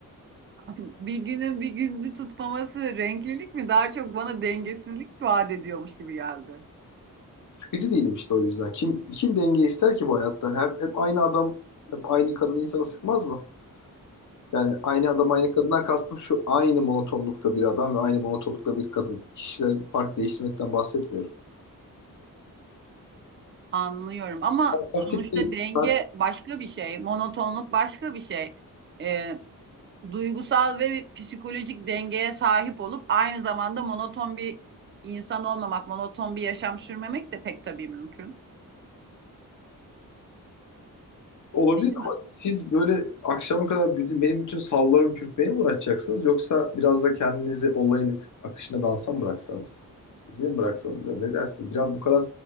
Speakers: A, on the right; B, on the left.
A: <laughs> Bir günün bir günü tutmaması renklilik mi? Daha çok bana dengesizlik vaat ediyormuş gibi geldi.
B: Sıkıcı değilim işte o yüzden. Kim kim denge ister ki bu hayatta? Hep, hep aynı adam, hep aynı kadın insanı sıkmaz mı? Yani aynı adam aynı kadından kastım şu aynı monotonlukta bir adam ve aynı monotonlukta bir kadın. Kişilerin fark değiştirmekten bahsetmiyorum.
A: Anlıyorum ama
B: basit
A: sonuçta
B: bir
A: denge
B: sark
A: başka bir şey, monotonluk başka bir şey. Ee, duygusal ve psikolojik dengeye sahip olup aynı zamanda monoton bir insan olmamak, monoton bir yaşam sürmemek de pek tabii mümkün
B: olabilir
A: değil mi?
B: ama siz böyle akşama kadar bütün- benim bütün savlarımı çürütmeye mi uğraşacaksınız yoksa biraz da kendinizi olayın akışına dansa mı bıraksanız? Müziğe mi bıraksanız biraz ne dersiniz? Biraz bu kadar